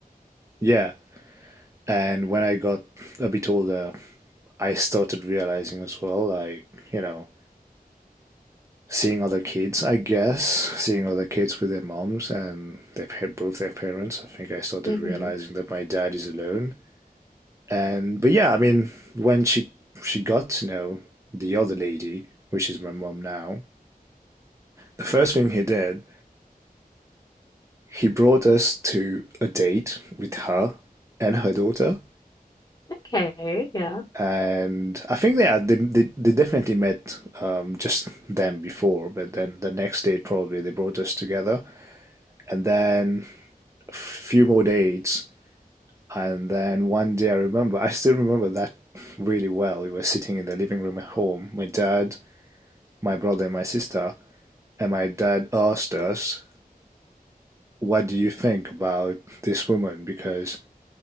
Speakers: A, on the right; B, on the left.
A: yeah, and when I got a bit older, I started realizing as well, like, you know, seeing other kids, I guess, seeing other kids with their moms and their pa- both their parents, I think I started
B: hmm
A: realizing that my dad is alone. And but yeah, I mean, when she she got to know the other lady, which is my mom now, the first thing he did, he brought us to a date with her and her daughter.
B: Okay. Yeah.
A: and I think yeah, they they, they definitely met um, just them before, but then the next date probably they brought us together, and then a few more dates, and then one day I remember I still remember that really well. We were sitting in the living room at home, my dad, my brother, and my sister, and my dad asked us, "What do you think about this woman?" because